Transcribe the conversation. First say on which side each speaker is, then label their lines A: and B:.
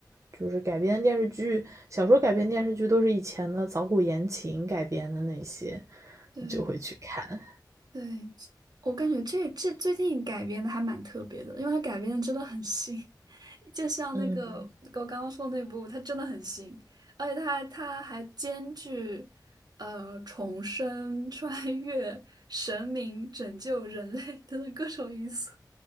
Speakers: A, on the right; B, on the right.
A: 就是改编电视剧，小说改编电视剧都是以前的早古言情改编的那些，
B: 对。
A: 你就会去看。
B: 对，我感觉这这最近改编的还蛮特别的，因为它改编的真的很新，<laughs> 就像那个我刚刚说的那部，
A: <laughs> 嗯。
B: 它真的很新，而且它还它还兼具呃重生、穿越、神明拯救人类 <laughs> 等等各种因素，